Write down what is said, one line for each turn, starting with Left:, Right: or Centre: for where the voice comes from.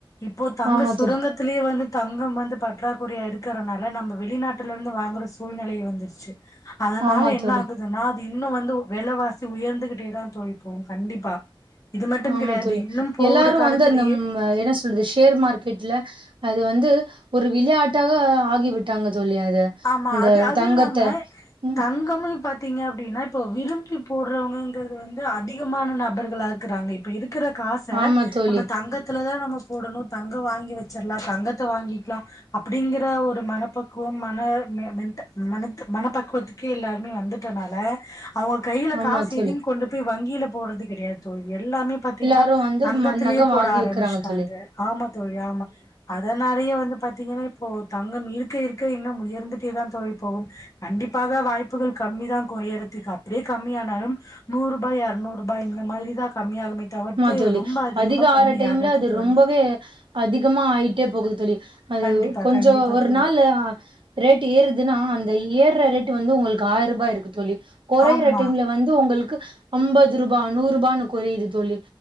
Left: இப்போ தங்க
Right: ஆமா
Left: சுரங்கத்திலேயே
Right: தோழி
Left: வந்து தங்கம் வந்து ப பற்றாகுறையா இருக்கறனால நம்ப வெளிநாட்டுல இருந்து வாங்குற சூழ்நிலை வந்துருச்சு அதனால
Right: ஆமா
Left: என்ன
Right: தோழி
Left: ஆகுதுனா அது இன்னு வந்து வெலவாசி உயர்ந்துகிட்டேதா தோழி போவோ கண்டிப்பா இது மட்டும்
Right: ஆமா
Left: கிடையாது
Right: தோழி
Left: இன்னும் போகுற
Right: எல்லாரு
Left: காலத்திலேயே
Right: வந்து அந்த ம் என்ன சொல்றது ஷேர் மார்க்கெட்ல அது வந்து ஒரு விளையாட்டாக ஆகிவிட்டாங்க தோழி அத
Left: ஆமா
Right: இந்த
Left: அது அது
Right: தங்கத்த
Left: இல்லாம
Right: ம்
Left: தங்கம்மு பத் திங்க அப்டின்னா இப்பொ விரும்பி போடுறவங்கங்குறது வந்து அதிகமான நபர்களா இருக்குறாங்க இப்ப இருக் க்குற காச
Right: ஆமா தோழி
Left: நம்ப தங்கத்துல தா நம்ம போடணு தங்க வாங்கி வெச்சிர்லா தங்கத்த வாங்கிக்லா அப்டிங்குற ஒரு மனப்பக்குவம் மா மா மா மெண்ட்டா மனத்து மனப் பக்குவத்துக்கே எல்லாருமே வந்துட்டனால அவங்க கையில
Right: ஆமா
Left: காசு
Right: தோழி
Left: இதின் கொண்டுப்போய் வங்கியில போட்றது கெடையாது தோழி எல்லாமே பாத்தீங்கன்னா
Right: எல்லாரு வந்து
Left: தங்கத்துலேயே
Right: ம நக
Left: போட
Right: வாங்கி
Left: ஆரம்பிச்சுட்டாங்க
Right: வைக்கிறாங்க தோழி
Left: ஆமா தோழி ஆமா அதனாலையே வந்து பாத்தீங்கன்னா இப்போ தங்கம் இருக்க இருக்க இன்னும் உயர்ந்துட்டே தா தோழி போகும் கண்டிப்பாக வாய்ப்புகள் கம்மி தா கொ உயரத்துக் அப்டியே கம்மியா நாளும் நூருபாய் எறுநூருபாய் இந்ந மாரிதா கம்மியாகுமே தவிர்த்து
Right: ம்மா தோழி
Left: ரொம்ப அதிகமா
Right: அதிக ஆற
Left: கம்மி
Right: டைம்ல
Left: ஆகாது
Right: அது
Left: தோழி
Right: ரொம்பவே அதிகமா ஆயிட் டே போகுது தோழி அது
Left: கண்டிப்பா
Right: கொஞ்சோ
Left: கண்டிப்பா
Right: ஒரு
Left: தோழி
Right: நாள்ளு ஆ ரேட்டு ஏறுதுன்னா அந்த இ ஏர்ற ரேட்டு வந்து உங்களுக்கு ஆயரூபா இருக்கு தோழி கொறைற
Left: ஆமா
Right: டைம்ல வந்து ஒங்களுக்கு அம்பது ரூபா நூருபான்னு கொறயுது தோழி